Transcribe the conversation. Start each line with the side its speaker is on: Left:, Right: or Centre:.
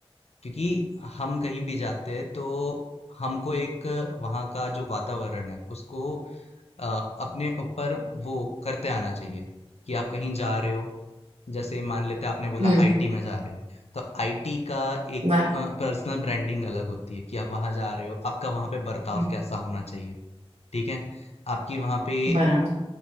Left: क्योंकि हम कहीं भी जाते हैं तो हमको एक वहाँ का जो वातावरण है उसको अ, अपने ऊपर वो करते आना चाहिए कि आप कहीं जा रहे हो जैसे मान लेते हैं आपने बोला
Right: हम्म,
Left: आईटी में जा रहे हैं तो आईटी का एक
Right: ब-
Left: पर्सनल ब्रांडिंग अलग होती है कि आप वहां जा रहे हो आपका वहां पे बर्ताव
Right: हम्म,
Left: कैसा होना चाहिए ठीक है आपकी वहां पे
Right: बराबर